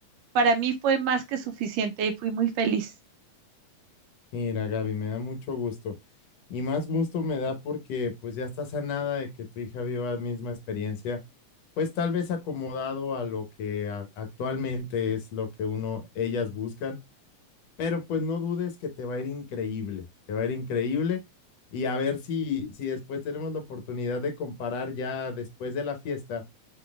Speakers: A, on the right; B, on the left.
A: para mí fue más que suficiente y fui muy feliz.
B: Mira, Gaby, me da mucho gusto. Y más gusto me da porque pues ya está sanada de que tu hija viva la misma experiencia, pues tal vez acomodado a lo que a- actualmente es lo que uno, ellas buscan, pero pues no dudes que te va a ir increíble, te va a ir increíble y a ver si, si después tenemos la oportunidad de comparar ya después de la fiesta